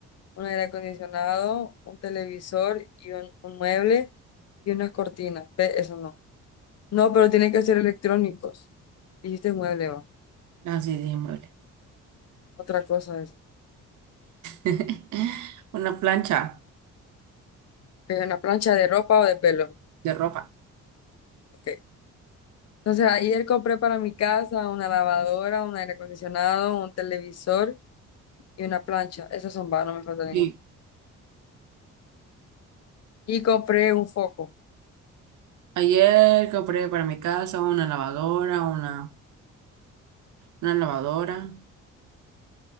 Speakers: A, on the left (about 55°); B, on the right (about 75°).
A: un aire acondicionado, un televisor y un, un mueble y unas cortinas. Pe- eso no. No, pero tienen que ser electrónicos. Dijiste mueble, va.
B: Así sí, dije mueble.
A: Otra cosa es.
B: <laughs> Una plancha
A: Que una plancha de ropa o de pelo.
B: de ropa.
A: Ok. Entonces ayer compré para mi casa una lavadora, un aire acondicionado, un televisor y una plancha. Esas son va, no me falta ninguna.
B: Sí.
A: Y compré un foco.
B: Ayer compré para mi casa una lavadora, una, una lavadora.